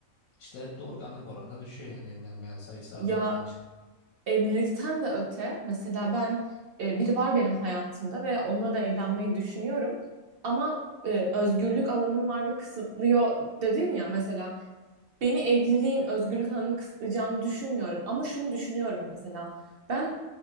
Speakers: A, on the left; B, on the right.
A: işte doğurganlık oranı da düşüyor yani evlenmeyen sayısı azaldığı
B: Ya
A: için.
B: Evlilikten de öte mesela ben e, biri var benim hayatımda ve onunla da evlenmeyi düşünüyorum. Ama e, özgürlük alanın var ve kısıtlıyor dedin ya mesela Beni evliliğin özgürlük alanını kısıtlayacağını düşünmüyorum. Ama şunu düşünüyorum mesela. Ben